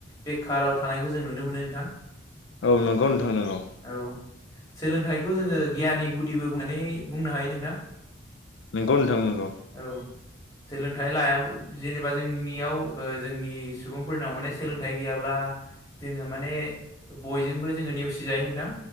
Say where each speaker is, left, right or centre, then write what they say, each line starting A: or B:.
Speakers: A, on the left; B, on the left.
A: बेखाराव थानायखौ जों नुनो मोनो नोंथां।
B: औ नंगौ नोंथां नोंगौ।
A: औ सोलोंथाइखौ जोङो गियाननि गुदिबो बुंनानै बुंनो हायो नोंथां।
B: नोंगौ नोंथां नोंगौ।
A: औ सोलोंथाइ लाया जेनेबा जोंनियाव जोंनि सुबुंफोरनाव माने सोलोंथाइ गैयाब्ला जोङो माने बयजोंबो जोङो नेवसिजायो नोंथां।